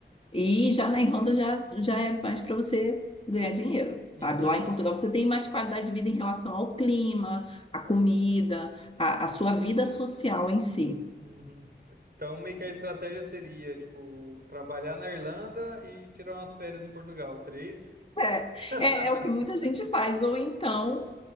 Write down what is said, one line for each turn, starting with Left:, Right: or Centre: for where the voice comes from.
Left: e já na Irlanda já, já é mais para você ganhar dinheiro,
Right: Então,
Left: sabe? Lá em Portugal você tem mais qualidade de vida em relação ao clima, à comida, à, à sua vida social em si.
Right: uhum. Então, meio que a estratégia seria, tipo, trabalhar na Irlanda e tirar umas férias em Portugal, seria isso?
Left: É,
Right: <laughs>
Left: é, é o que muita gente faz. Ou então